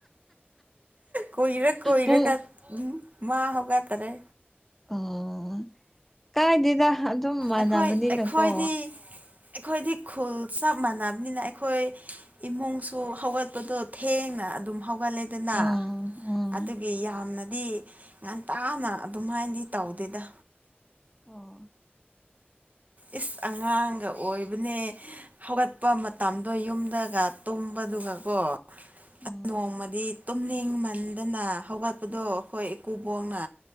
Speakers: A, on the right (about 40°); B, in the centre.
A: ꯀꯨꯏꯔ ꯀꯨꯏꯔꯒ
B: ꯄꯨꯡ
A: ꯎꯝ ꯃꯥ ꯍꯧꯒꯠꯇꯔꯦ
B: ꯑꯣ ꯀꯥꯏꯗꯦꯗ ꯑꯗꯨꯝ ꯃꯥꯟꯅꯕꯅꯤꯅꯀꯣ
A: ꯑꯩꯈꯣꯏ ꯑꯩꯈꯣꯏꯗꯤ ꯑꯩꯈꯣꯏꯗꯤ ꯈꯨꯜ ꯆꯞ ꯃꯥꯟꯅꯕꯅꯤꯅ ꯑꯩꯈꯣꯢ ꯏꯃꯨꯡꯁꯨ ꯍꯧꯒꯠꯄꯗꯣ ꯊꯦꯡꯅ ꯑꯗꯨꯝ ꯍꯧꯒꯠꯂꯦꯗꯅ
B: ꯑꯥ ꯑꯥ
A: ꯑꯗꯨꯒꯤ ꯌꯥꯝꯅꯗꯤ ꯉꯟꯇꯥꯅ ꯑꯗꯨꯝꯃꯥꯏꯅꯗꯤ ꯇꯧꯗꯦꯗ
B: ꯑꯣꯑꯣ
A: ꯏꯁ ꯑꯉꯥꯡꯒ ꯑꯣꯏꯕꯅꯦ ꯍꯧꯒꯠꯄ ꯃꯇꯝꯗꯣ ꯌꯨꯝꯗꯒ ꯇꯨꯝꯕꯗꯨꯒꯀꯣ
B: ꯎꯝ
A: ꯅꯣꯡꯃꯗꯤ ꯇꯨꯝꯅꯤꯡꯃꯟꯗꯅ ꯍꯧꯒꯠꯄꯗꯣ ꯑꯩꯈꯣꯏ ꯏꯀꯨꯕꯣꯛꯅ